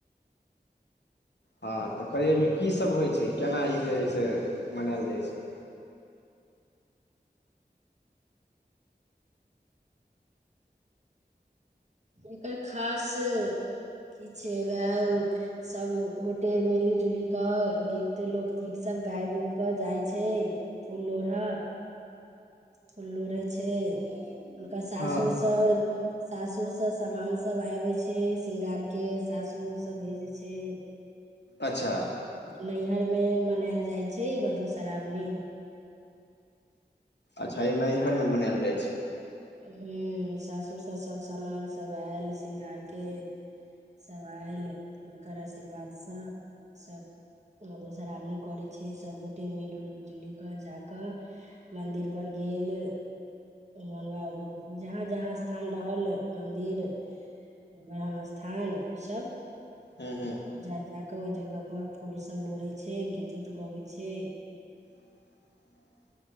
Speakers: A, on the left; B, on the right.
A: हँ तऽ करिय एहिमे की सभ होइ छै केना ई जे हइ से मनायल जाइत छै
B: एकर खास की छै उएह सभ गोटे मिलि जुलि कऽ गीत लोकगीतसभ गाबि उबि कऽ जाइ छै फुल लोढ़ा फुललोढ़ै छै हुनकर सासुर
A: हँ
B: सब सासुरसभ सामानसभ आबै छै श्रृंगारके सासुरसँ भेजै छै
A: अच्छा
B: नैहरमे मनायल जाइत छै मधुश्रावणी
A: अच्छा ई नैहर मे मनायल जाइ छै
B: ह सासुर से सब सामान सब आयल श्रृंगारके सभ आयल हुनकर आशीर्वादसँ सभ मधुश्रावणी करै छै सभगोटे मिलि उलजुलि कऽ जा कऽ मन्दिर पर गेल न बाबू जहाँ जहाँ स्थान रहल मन्दिर ब्रह्मस्थान ई सभ
A: हू हू
B: जा जा क ओहि जगह पर फूल सब लोढ़े छै गीत उत गबे छै
A: <inaudible>